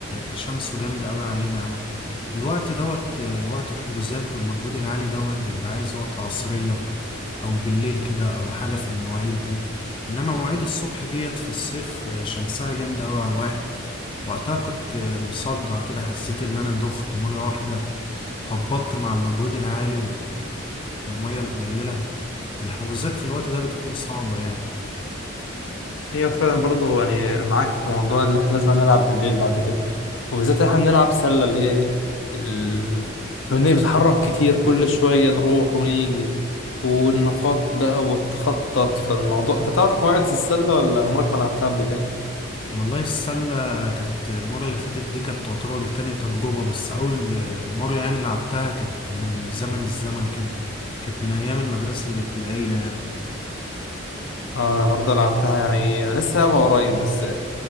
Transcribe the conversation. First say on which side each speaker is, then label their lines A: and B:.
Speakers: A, on the left (about 25°); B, on the left (about 75°).
A: شمسه جامدة قوي علينا يا عم الوقت دوت وقت الحجوزات والمجهود العالي دوت بيبقى عايز وقت عصرية او بالليل كده او حاجة في المواعيد دي انما مواعيد الصبح ديت في الصيف شمسها جامدة قوي على الواحد وقتها كنت مصدع كده حسيت ان انا دخت مرة واحدة هبطت مع المجهود العالي والمية القليلة الحجوزات في الوقت ده بتكون صعبة يعني
B: ايوه فعلا برضو يعني معاك في موضوع اللي احنا لازم نلعب بالليل بعد كده وبالذات احنا بنلعب سله اللي هي ايه ال... بن- بنتحرك كتير كل شويه نروح ونيجي والنقاط بقى وتخطط في الموضوع انت تعرف قواعد السله ولا عمرك ما لعبتها قبل كده
A: والله السلة كانت المرة اللي فاتت دي كانت تعتبر تاني تجربة بس أول مرة يعني لعبتها كانت من زمن الزمن كده كانت من أيام المدرسة الابتدائية يعني
B: اه انا برضه لعبتها يعني انا لسه لعبها قريب بس